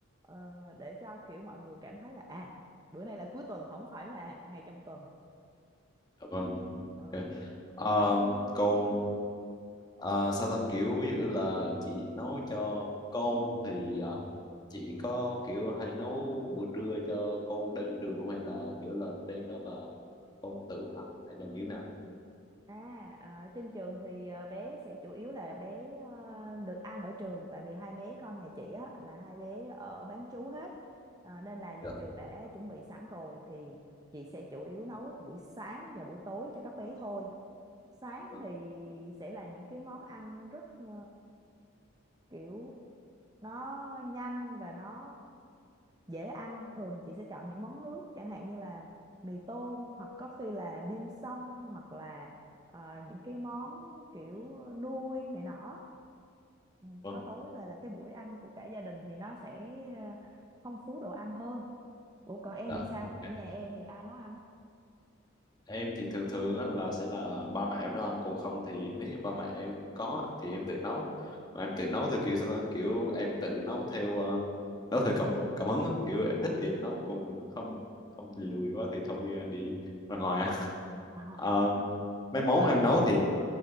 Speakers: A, on the right; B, on the left.
A: Ờ, để cho kiểu mọi người cảm thấy là à bữa nay là cuối tuần không phải là ngày trong tuần
B: Dạ vâng.
A: ừ
B: ok. Ờm, còn ờ, sao ta kiểu ví dụ là chị nấu cho con thì ờ, chị có kiểu hay nấu bữa trưa cho con đem đến trường không hay là kiểu là đem đó là con tự ăn hay là như thế nào?
A: À, ờ, trên trường thì ờ, bé sẽ chủ yếu là bé ờ, được ăn ở trường tại vì hai bé con nhà chị á là hai bé ở bán trú hết Ờ, nên là nhà
B: Dạ.
A: trường đã chuẩn bị sẵn rồi thì chị sẽ chủ yếu nấu buổi sáng và buổi tối cho các bé thôi. Sáng
B: Vâng.
A: thì sẽ là những cái món ăn rất ờ, kiểu nó nhanh và nó dễ ăn thường là chị sẽ chọn những món nước chẳng hạn như là mì tôm hoặc có khi là dim sum hoặc là ờ, những cái món kiểu nuôi này nọ ừ,
B: vâng.
A: có tối về là cái buổi ăn của cả gia đình thì nó sẽ ờ, phong phú đồ ăn hơn ủa còn em
B: Dạ.
A: thì sao
B: Ok.
A: ở nhà em thì ai nấu ăn
B: em thì thường thường á, là sẽ là ba mẹ em nấu ăn còn không thì nếu như ba mẹ em không có á, thì em tự nấu mà em tự nấu theo kiểu sao ta kiểu em tự nấu theo ờ, nấu theo cảm cảm hứng á. kiểu em thích thì em nấu còn không không thì lười quá thì thôi ờ, đi ra ngoài á
A: à,
B: Ờ, mấy
A: ủa nhưng
B: món
A: mà
B: em
A: ý
B: nấu thì